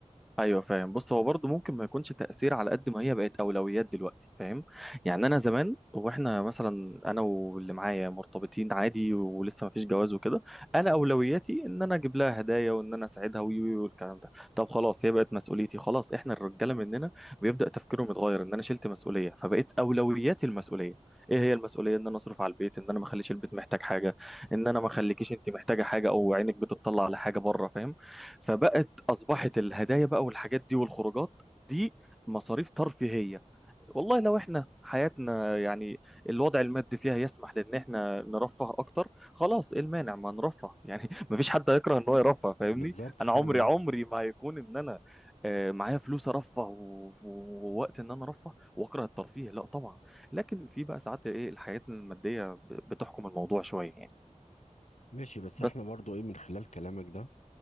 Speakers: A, in the centre; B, on the left.
A: ايوه فاهم بص هو برضه ممكن ما يكونش تأثير على قد ما هي بقت أولويات دلوقتي فاهم يعني انا زمان واحنا مثلا انا واللي معايا مرتبطين عادي ولسه ما فيش جواز وكده انا أولوياتي ان انا اجيب لها هدايا وان انا اساعدها وي وي والكلام ده طب خلاص هي بقت مسؤوليتي خلاص احنا الرجاله مننا بيبدأ تفكيرهم يتغير ان انا شلت مسؤولية فبقيت أولوياتي المسؤولية ايه هي المسؤوليه ان انا اصرف على البيت ان انا ما اخليش البيت محتاج حاجه ان انا ما اخليكيش انت محتاجه حاجه او عينك بتطلع على حاجه بره فاهم فبقت اصبحت الهدايا بقى والحاجات دي والخروجات دي مصاريف ترفيهيه والله لو احنا حياتنا يعني الوضع المادي فيها يسمح لان احنا نرفه اكتر خلاص ايه المانع ما نرفه يعني <laughs> مفيش حد هيكره ان هو يرفه فاهمني
B: بالظبط فعلا
A: انا عمري عمري
B: آه.
A: ما هيكون ان انا آه، معايا فلوس ارفه و- و- ووقت ان انا ارفه واكره الترفيه لا طبعا لكن في بقى ساعات ايه الحياه الماديه ب- بتحكم الموضوع شويه يعني
B: ماشي بس
A: بس
B: احنا برضو ايه من خلال كلامك ده